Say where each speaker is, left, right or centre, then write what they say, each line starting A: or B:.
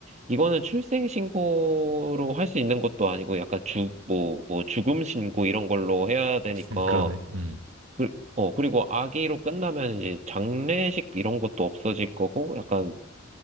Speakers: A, on the right; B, on the right.
A: 이거는 출생신고로 할 수 있는 것도 아니고 약간 주, 뭐, 뭐, 죽음신고 이런 걸로 해야 되니까,
B: 음, 그러네. 음.
A: 그, 어, 그리고 아기로 끝나면 이제 장례식 이런 것도 없어질 거고, 약간